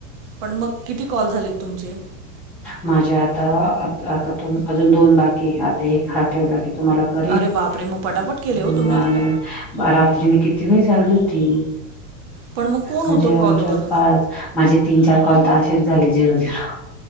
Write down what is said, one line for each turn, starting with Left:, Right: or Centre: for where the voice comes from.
Right: पण मग किती कॉल झालेत तुमचे
Centre: माझ्या आता आतातून अजून दोन बाकी आता एक हा ठेवला की तुम्हाला करिल
Right: अरे बापरे! मग पटापट केले हो तुम्ही.
Centre: आणी बा रात्री मी किती वेळ जागी होती
Right: पण मग कोण
Centre: म्हणजे
Right: होतं
Centre: आमच्या
Right: कॉलवर?
Centre: पाच माझे तीन, चार काॅल तर अशेच झाले झिरो झीरो